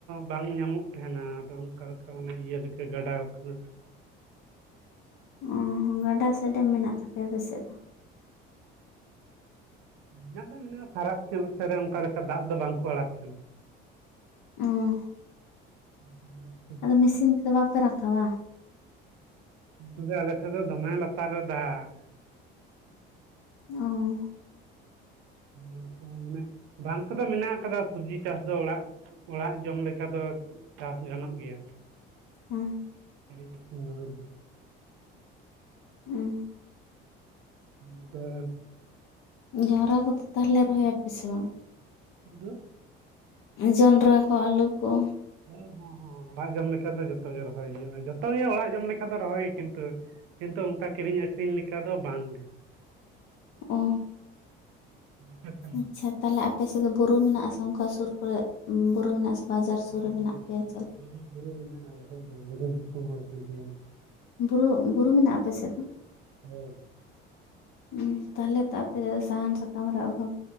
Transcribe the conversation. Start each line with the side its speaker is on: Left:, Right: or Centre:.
Right: ᱵᱟᱝ ᱧᱟᱢᱚᱜ ᱛᱟᱦᱮᱸᱱᱟ ᱟᱫᱚ ᱚᱱᱠᱟ ᱞᱮᱠᱟ ᱢᱟᱱᱮ ᱤᱭᱟᱹ ᱞᱮᱠᱟ ᱜᱟᱰᱟ ᱟᱠᱟᱱ
Left: ᱚᱻ ᱜᱟᱰᱟ ᱥᱮ ᱰᱮᱢ ᱢᱮᱱᱟᱜ ᱛᱟᱯᱮᱭᱟ ᱟᱯᱮᱥᱮᱫ ᱫᱚ?
Right: ᱢᱮᱱᱟᱜ ᱫᱚ ᱢᱮᱱᱟᱜᱼᱟ ᱯᱷᱟᱨᱟᱠ ᱧᱚᱜ ᱥᱮᱫ ᱨᱮ ᱚᱱᱠᱟ ᱞᱮᱠᱟ ᱫᱟᱜ ᱫᱚ ᱵᱟᱝᱠᱚ ᱟᱲᱟᱠ ᱛᱟᱦᱮᱸᱱᱟ
Left: ᱚᱸ
Right: ᱦᱩᱸᱻ ᱦᱩᱸᱻ᱾ <inaudible>
Left: ᱟᱹᱫᱚ ᱢᱮᱥᱤᱱ ᱛᱮᱫᱚ ᱵᱟᱯᱮ ᱨᱟᱠᱟᱵᱟ?
Right: ᱱᱚᱛᱮᱫᱚ ᱟᱞᱮᱥᱮᱫ ᱫᱚ ᱫᱚᱢᱮ ᱞᱟᱹᱛᱟᱨ ᱨᱮ ᱫᱟᱹᱜ᱾
Left: ᱚᱻ᱾
Right: ᱚᱱᱠᱟ ᱢᱟᱱᱮ ᱵᱟᱱ ᱠᱚᱫᱚ ᱢᱮᱱᱟᱜ ᱠᱟᱫᱟ ᱥᱚᱵᱡᱤ ᱪᱟᱥ ᱫᱚ ᱚᱲᱟᱜ ᱚᱲᱟᱜ ᱡᱚᱢ ᱞᱮᱠᱟ ᱫᱚ ᱪᱟᱹᱥ ᱜᱟᱱᱚᱜ ᱜᱮᱭᱟ᱾
Left: ᱦᱮᱸ <unintelligible>
Right: <unintelligible>
Left: ᱦᱮᱸ
Right: ᱟᱫᱚ <unintelligible>
Left: ᱡᱟᱣᱨᱟ ᱠᱚᱫᱚ ᱛᱟᱦᱚᱞᱮ ᱨᱚᱦᱚᱭᱟᱯᱮ ᱥᱮ ᱵᱟᱝ?
Right: ᱦ <unintelligible>
Left: ᱡᱚᱱᱰᱨᱟ ᱠᱚ ᱟᱞᱩ ᱠᱚ
Right: ᱦᱚᱸ ᱦᱚᱸ ᱚᱲᱟᱜ ᱡᱚᱢ ᱞᱮᱠᱟ ᱫᱚ ᱡᱚᱛᱚ ᱜᱮ ᱨᱚᱦᱚᱭ ᱦᱳᱭᱳᱜᱼᱟ᱾ ᱡᱚᱛᱚᱜᱮ ᱚᱲᱟᱜ ᱡᱚᱢ ᱞᱮᱠᱟ ᱫᱚ ᱨᱚᱦᱚᱭ ᱠᱤᱱᱛᱩ ᱠᱤᱱᱛᱩ ᱚᱱᱠᱟ ᱠᱤᱨᱤᱧ ᱟᱹᱠᱷᱨᱤᱧ ᱞᱮᱠᱟ ᱫᱚ ᱵᱟᱝ ᱜᱮ᱾
Left: ᱚ
Right: ᱟᱯᱮ ᱥᱮᱱ
Left: ᱟᱪᱪᱷᱟ᱾
Right: ᱫᱚ
Left: ᱛᱟᱦᱟᱞᱮ ᱟᱯᱮ ᱥᱮᱫ ᱫᱚ ᱵᱩᱨᱩ ᱢᱤᱱᱟᱜ ᱟᱥᱮ ᱚᱱᱠᱟ ᱥᱳᱨ ᱠᱚᱨᱮ, ᱵᱩᱨᱩ ᱢᱤᱱᱟᱜ-ᱟ ᱥᱮ? ᱵᱟᱡᱟᱨ ᱥᱩᱨ
Right: ᱦᱚᱸᱻ
Left: ᱨᱮ
Right: ᱦᱚᱸᱻ
Left: ᱢᱮᱱᱟᱜ
Right: ᱦᱚᱸᱻ
Left: ᱯᱮᱭᱟ ᱪᱮᱫ
Right: ᱵᱩᱨᱩ-ᱵᱩᱨᱩ ᱢᱮᱱᱟᱜᱼᱟ ᱟᱞᱮ ᱥᱮᱫ ᱫᱚ ᱵᱩᱨᱩ ᱫᱤᱥᱚᱢ ᱦᱚᱲ ᱠᱟᱱ ᱜᱤᱭᱟᱞᱮ᱾
Left: ᱵᱩᱨᱩ-ᱵᱩᱨᱩ ᱢᱤᱱᱟᱜᱼᱟ ᱟᱯᱮ ᱥᱮᱫ ᱫᱚ?
Right: ᱦᱳ <unintelligible>
Left: ᱦᱩᱸ ᱛᱟᱦᱚᱞᱮ ᱛᱚ ᱟᱯᱮ ᱥᱟᱦᱟᱱ ᱥᱟᱠᱟᱢ ᱨᱮ ᱚᱵᱷᱟᱵ